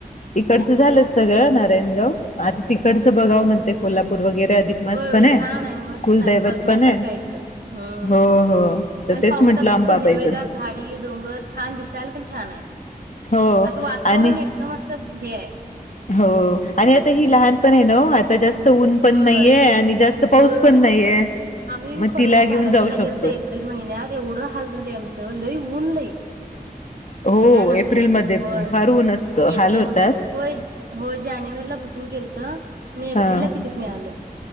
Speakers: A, on the left; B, on the right.
A: इकडचं
B: काय
A: झालं सगळं नारायणगाव आता तिकडचं बघाव म्हणते कोल्हापूर वगैरे अधिक मास
B: हो
A: पण
B: छान! आहे मस्!
A: कुलदैवत
B: !. आहे बघण्यासारखं
A: पण
B: आहे खरं हम्
A: हो हो तर
B: आणि
A: तेच
B: पावसाात
A: म्हंटलं अंबाबाई
B: कसे हिरवेगार
A: पण
B: झाडी डोंगर छान दिसायला पण छान आहे
A: हो
B: असं वातावरण
A: आणि
B: एकदम असं हे आहे
A: हो आणि आता ही
B: हम्म.
A: लहान पण आहे न आता जास्त जास्त ऊन पण
B: होय
A: नाहीये
B: होय
A: आणि जास्त पाऊस
B: होय होय.
A: पण नाहीये
B: आम्ही
A: मग
B: परवा
A: तिला घेऊन
B: बालाजीला
A: जाऊ शकतो
B: गेल तर एप्रिल महिन्यात एवढं हाल झालं आमचं लई ऊन लई
A: हो
B: भयानक
A: एप्रिलमध्ये
B: होय
A: फार ऊन असतं हाल
B: एप्रिल
A: होतात.
B: मधे हो जानेवारीला बुकिंग केलंत आणि एप्रिलला
A: हा
B: तिकीट मिळालं